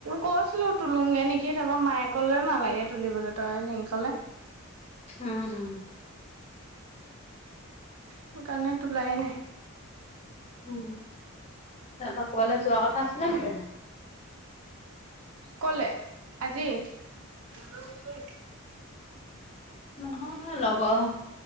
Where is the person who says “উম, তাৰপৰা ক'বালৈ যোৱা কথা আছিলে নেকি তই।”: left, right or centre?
Left